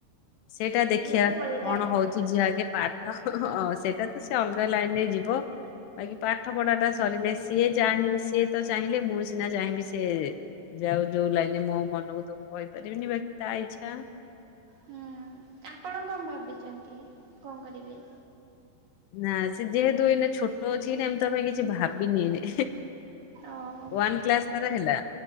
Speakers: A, on the left; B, on the right.
A: ସେଇଟା ଦେଖିବା
B: ଝିଅକୁ ଅଲଗା
A: କଣ
B: ନିଅନ୍ତି।
A: ହଉଛି ଝିଅ ଆଗେ ପାଠ ହଁ ସେଇଟା ତ ସେ ଅଲଗା ଲାଇନ ରେ ଯିବ ବାକି ପାଠ ପଢା ଟା ସରିଲେ ସିଏ ଚାହିଁ ସିଏ ତ ଚାହିଁଲେ ମୁଁ ସିନା ଚାହିଁବି ସେ ଯାଉ ଯୋଉ ଲାଗନ ମୋ ମନକୁ ତ ମୁଁ କହିପାରିବିନି ବାକି ତା ଇଚ୍ଛା।
B: ହୁଁ ଆପଣ କଣ ଭାବିଛନ୍ତି କଅ କରିବେ?
A: ନା ସେ ଯେହେତୁ ଏଇନେ ଛୋଟ ଅଛି କି ନା ମୁଁ ତା ପାଇଁ କିଛି ଭାବିନିି ଏଇନେ।
B: ଓହୋ
A: ୱାନ୍ କ୍ଲାସ ତାର ହେଲା।